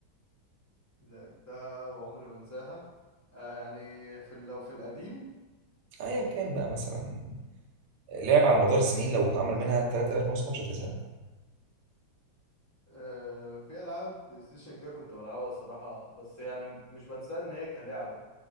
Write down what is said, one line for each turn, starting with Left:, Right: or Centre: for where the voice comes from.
Left: لعبتها وعمري ما انساها آه يعني في ال- لو في القديم
Right: أيا كان بقى مثلا لعبة على مدار السنين لو اتعمل منها 3000 نسخة مش هتزهق
Left: آه في العاب بلاي ستيشن كده كنت بلعبها الصراحة بس يعني مش بنساها ان هي كلعبة